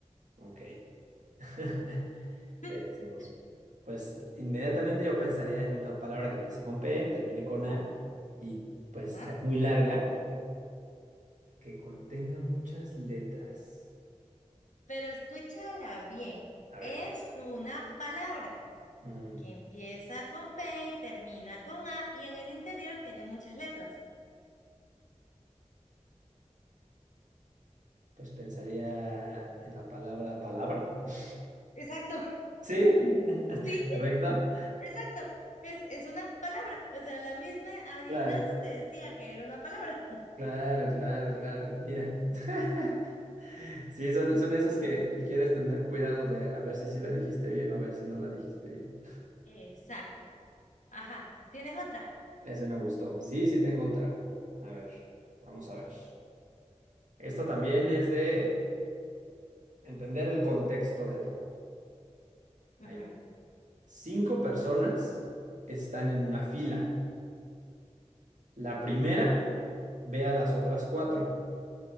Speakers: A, on the right; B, on the left.
A: Ok. <laughs>
B: <laughs>
A: Pensemos. Pues inmediatamente yo pensaría en una palabra que empiece con P, termine con A y pues
B: Ajá.
A: sea muy larga, que contenga muchas letras.
B: Pero escúchala bien.
A: A
B: Es
A: ver.
B: una palabra
A: mm,
B: que empieza con P y termina con A y en el interior tiene muchas letras.
A: Pues pensaría en la palabra palabra. <laughs>
B: Exacto,
A: ¿Sí? <laughs>
B: <laughs> sí.
A: ¿Correcto?
B: Exacto, es, es una palabra. O sea, la misma adivinanza
A: Claro,
B: te decía que era una palabra.
A: claro, claro, claro. Mira. <laughs> Sí, son, son esas que, que quieres tener cuidado de a ver si sí la dijiste bien o a ver si no la dijiste bien.
B: Exacto. Ajá. ¿Tienes otra?
A: Ese me gustó. Sí, sí tengo otra. A ver, vamos a ver. Esta también es de entender el contexto de todo.
B: Ujú,
A: Ahí va. Cinco personas están en una fila. La primera
B: ujú.
A: ve a las otras cuatro.